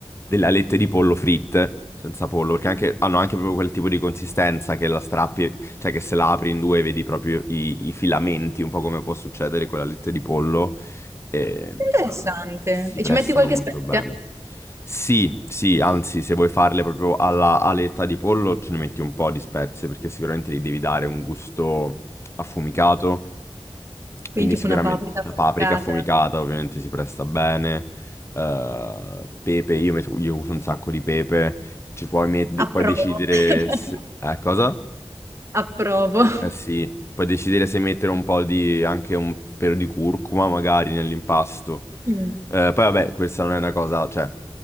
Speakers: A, on the left; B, on the right.
A: delle alette di pollo fritte, senza pollo, perché anche, hanno anche proprio quel tipo di consistenza che la strappi cioè che se la apri in due vedi proprio i, i filamenti, un po' come può succedere con la lette di pollo, e
B: interessante.
A: si
B: E
A: prestano
B: ci metti qualche
A: molto
B: spezia?
A: bene. Sì, sì, anzi, se vuoi farle proprio alla aletta di pollo, ce ne metti un po' di spezie, perché sicuramente gli devi dare un gusto affumicato,
B: Quindi
A: quindi sicuramente
B: tipo una paprika affumicata.
A: la paprika affumicata ovviamente si presta bene, eh, pepe, io, metto- io uso un sacco di pepe, ci puoi met-
B: Approvo.
A: puoi decidere... se-
B: <laughs>
A: Eh, cosa?
B: Approvo.
A: Eh sì, puoi decidere se mettere un po' di, anche un pelo di curcuma magari nell'impasto.
B: Mh,
A: Eh, poi vabbè, questa non è una cosa, cioè,